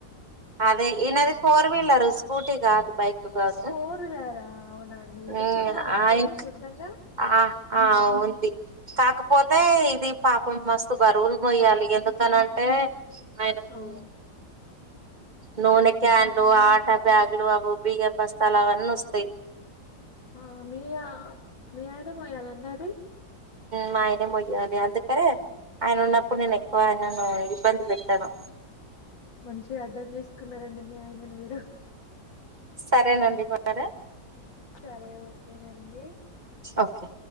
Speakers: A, on the right; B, on the left.
A: అదే ఈనది ఫోర్ వీలరు స్కూటీ గాదు బైకు కాదా
B: ఫోర్ వీలరా అవునండి
A: అ
B: మీకుందా అండి
A: ఆ ఇక్
B: సొంతంగా
A: ఆ ఆ ఉంది కాకపోతే ఇది పాపం మస్తు బరువులు మొయ్యాలి ఎందుకనంటే ఆయనకు
B: ఆ ఉమ్
A: నూనె క్యాన్లు ఆటా బ్యాగులు అవి బియ్యం బస్తాలు అవన్నీ వస్తాయి
B: ఆ మియా మీ ఆయన మోయాలండి అవి
A: మా ఆయనే మొయ్యాలి అందుకరే ఆయన ఉన్నప్పుడు నేను ఎక్కువ ఆయనను ఇబ్బంది పెట్టాను
B: మంచిగా అర్థం చేసుకున్నారండి మీ ఆయనను మీరు
A: సరేనండి మా రా
B: సరే ఓకేనండి
A: ఓకే